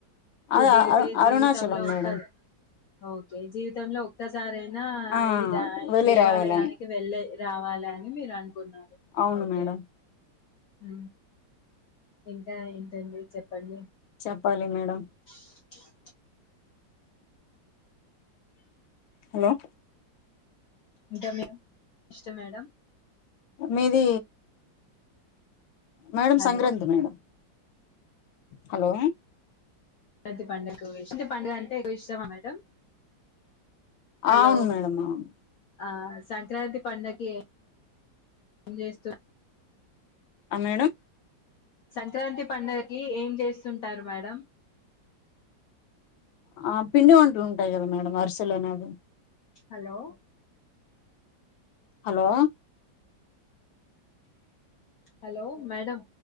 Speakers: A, on the left; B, on the left.
A: అద
B: కుదిరితే
A: అ అరుణాచలం
B: జీవితంలో
A: మేడం
B: ఒక్క ఓకే జీవితంలో ఒక్కసారే అయినా
A: ఆ
B: ఇదా
A: వెళ్ళి
B: దేవాలయానికి
A: రావాలని
B: వెళ్ళే రావాలి అని మీరు అంట కున్నారు
A: అవును
B: ఓకే
A: మేడం
B: అ ఇంకా ఏంటండి చెప్పండి
A: చెప్పాలి మేడం
B: <unintelligible>
A: హలో
B: ఇంకా మే ఇష్ట మేడం
A: మీది మేడం
B: హలో
A: సంగ్రాంధ్ మేడం హలో
B: ప్రతి పండుగకు <unintelligible> పండుగ అంటే ఎకువ ఇష్టమా మేడం హలో
A: అవును మేడమ్ అవును
B: ఆ సంక్రాంతి పండకి ఏం చేస్తూ
A: ఆ మేడం
B: సంక్రాంతి పండుగకి ఏం చేస్తుంటారు మేడం
A: ఆ పిండి వంటలు ఉంటాయి కదా మేడం అరిసెలు అనేవి
B: హలో
A: హలో
B: హలో మేడం